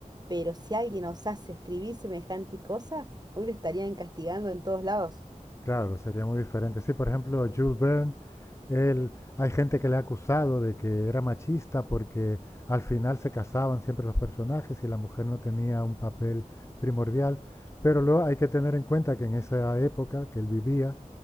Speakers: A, on the right (about 30°); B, on the left (about 20°).
A: pero si alguien osase escribir semejante cosa, hoy lo estarían castigando en todos lados.
B: claro, sería muy diferente. Sí, por ejemplo, Jules Verne Él, hay gente que le ha acusado de que era machista porque al final se casaban siempre los personajes y la mujer no tenía un papel primordial. Pero luego hay que tener en cuenta que en esa época que él vivía,